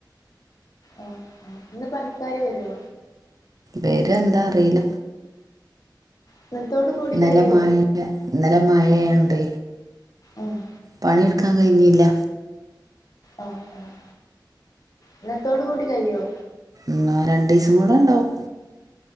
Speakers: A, on the left; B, on the right.
A: ആഹ് ആഹ് ഇന്ന് പണിക്കാര് വരോ?
B: വരോ എന്താ അറില
A: ഇന്നത്തോട് കൂടി
B: ഇന്നലെ
A: കയ്യോ
B: മയയെ ഇന്നലെ മയയെണ്ട്
A: ആഹ്
B: പണി എടുക് ക്കാൻ കഴിഞ്ഞില്ല
A: ആഹ് ആഹ് ഇന്നത്തോട് കൂടി കയിയോ
B: ന്നാ രണ്ടീസം കൂടെ ണ്ടാവും